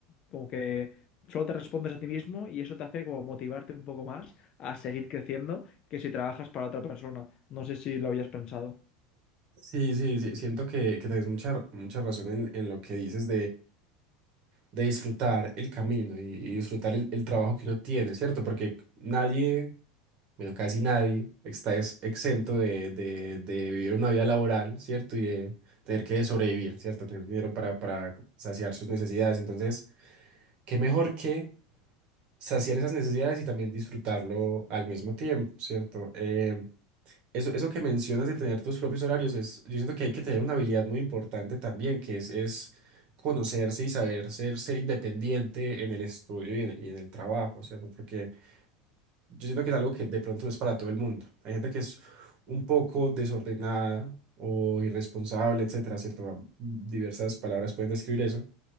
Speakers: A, on the left; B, on the right.
A: como que Solo te respondes a ti mismo y eso te hace como motivarte un poco más a seguir creciendo que si trabajas para otra persona. No sé si lo habías pensado.
B: Sí, sí, sí, siento que, que tenés mucha, mucha razón en, en lo que dices de disfrutar el camino y, y disfrutar el, el trabajo que uno tiene, ¿cierto? Porque nadie, bueno, casi nadie está es- exento de, de- de vivir una vida laboral, ¿cierto? Y de tener que sobrevivir, ¿cierto? Tener dinero para, para saciar sus necesidades. Entonces, ¿qué mejor que saciar esas necesidades y también disfrutarlo al mismo tiempo, ¿cierto? Em, eso, eso que mencionas de tener tus propios horarios es, yo siento que hay que tener una habilidad muy importante también, que es, es conocerse y saber ser, ser independiente en el estudio y en, y en el trabajo, ¿cierto? Porque yo siento que es algo que de pronto no es para todo el mundo. Hay gente que es un poco desordenada o irresponsable, etcétera, ¿cierto? Diversas palabras pueden describir eso.